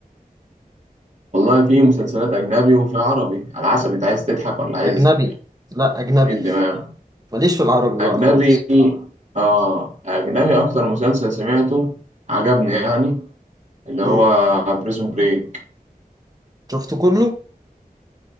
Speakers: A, on the right (about 55°); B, on the right (about 25°).
A: والله في مسلسلات أجنبي وفي عربي على حسب أنت عايز تضحك ولا عايز
B: اجنبي لا اجنبي
A: إيه الدماغ
B: ماليش في العربي
A: أجنبي
B: بقى خالص
A: آه أجنبي أكتر مسلسل سمعته عجبني يعني اللي هو
B: امم
A: بريزون بريك
B: شفته كله